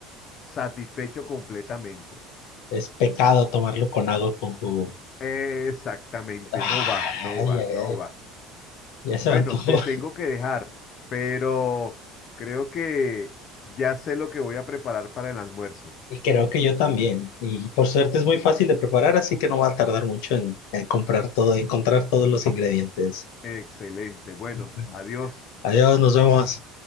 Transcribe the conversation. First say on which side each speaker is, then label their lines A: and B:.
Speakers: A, on the left; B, on the left.
A: satisfecho completamente.
B: es pecado tomarlo con algo con jugo.
A: Exactamente,
B: Ay,
A: no va, no va,
B: ay,
A: no
B: ay.
A: va.
B: Ya se
A: Bueno,
B: me antojó.
A: te tengo que dejar, pero creo que ya sé lo que voy a preparar para el almuerzo.
B: Y creo que yo también. Y por suerte es muy fácil de preparar, así que no va a tardar mucho en, en comprar todo, encontrar todos los ingredientes.
A: Excelente. Bueno,
B: Bueno.
A: adiós.
B: Adiós, nos vemos.